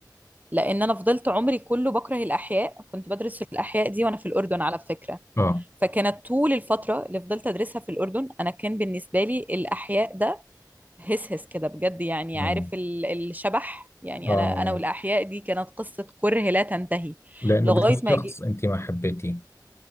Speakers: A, on the right; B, on the left.
A: لان انا فضلت عمري كله بكره الاحياء كنت بدرس في الاحياء دي وانا في الاردن على فكرة
B: اه
A: فكانت طول الفترة اللي فضلت ادرسها في الاردن انا كان بالنسبة لي الاحياء ده هس هس كده بجد يعني عارف
B: اه
A: ال... الشبح يعني
B: اه
A: انا انا والاحياء دي كانت قصة كره لا تنتهي
B: لانه
A: لغاية
B: بدرس
A: ما
B: شخص انت ما حبيتيه